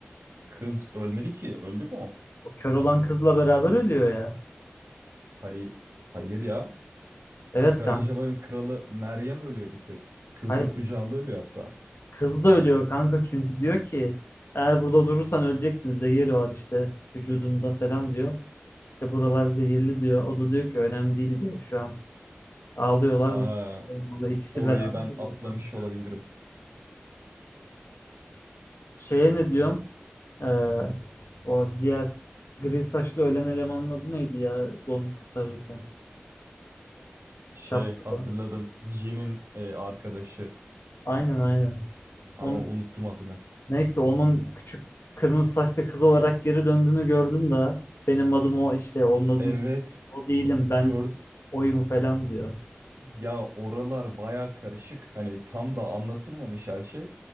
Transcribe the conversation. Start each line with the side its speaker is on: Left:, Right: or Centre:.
Right: Kız ölmedi ki. Öldü mü o?
Left: O kör olan kızla beraber ölüyor ya.
Right: Hayır, hayır ya.
Left: Evet
Right: Karıncaların
Left: kanka.
Right: kralı Meryem ölüyor bir tek. Kızın
Left: Hayır
Right: kucağında ölüyor hatta.
Left: kız da ölüyor kanka çünkü diyor ki eğer burada durursan öleceksin zehir var işte vücudunda falan diyor. İşte buralar zehirli diyor. O da diyor ki önemli değil diyor şu an. Ağlıyorlar.
Right: Ha,
Left: ve sarılmalı. İkisi
Right: orayı
Left: beraber
Right: ben
Left: ölüyor.
Right: atlamış
Left: kanka.
Right: olabilirim.
Left: Şeye ne diyorum?
Right: Ya
Left: Ee, o diğer gri saçlı ölen elemanın adı neydi ya onu kurtarırken
Right: şey
Left: şapkalı.
Right: hatırladım. Jin'in e, arkadaşı
Left: Aynen aynen.
Right: ama
Left: On,
Right: unuttum adını.
Left: neyse onun küçük kırmızı saçlı kız olarak geri döndüğünü gördün de benim adım o işte onun adını
Right: Evet,
Left: o değilim ben
Right: gördü.
Left: oyum falan diyor.
Right: Ya oralar baya karışık. Hani tam da anlatılmamış her şey.